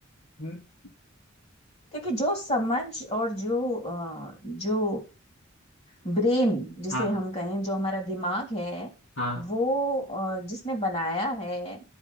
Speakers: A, on the left; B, on the left.
A: हम्म,
B: क्योंकि जो समझ और जो अ, जो ब्रेन जिसे
A: हाँ हाँ
B: हम कहें जो हमारा दिमाग है
A: हाँ
B: वो अ, जिसने बनाया है